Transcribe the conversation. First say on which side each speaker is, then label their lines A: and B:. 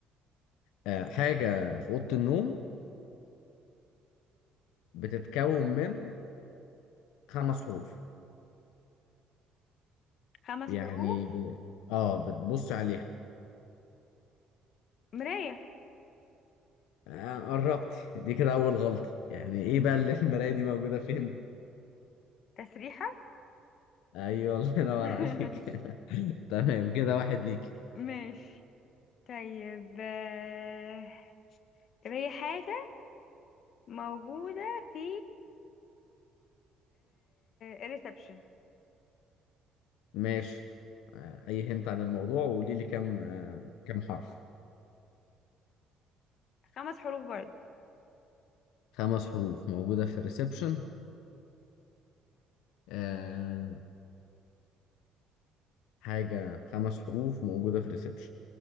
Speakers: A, on the left; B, on the left.
A: أه حاجة في أوضة النوم بتتكون من خمس حروف
B: خمس
A: يعني
B: حروف
A: ب... اه بتبصي عليها
B: مرايه
A: آه قربتي دي كده أول غلطة يعني ايه بقى اللي <laughs> المراية دي موجودة فين
B: تسريحه
A: ايوه الله ينور
B: <laughs>
A: عليك <laughs> تمام كده واحد ليك
B: ماشي طيب آه، طب هي حاجه موجوده في الريسبشن
A: ماشي آه، اي هنت عن الموضوع وقولي لي كام آه، كام حرف
B: خمس حروف برضه
A: خمس حروف موجودة في الريسبشن آه، حاجة خمس حروف موجودة في الريسبشن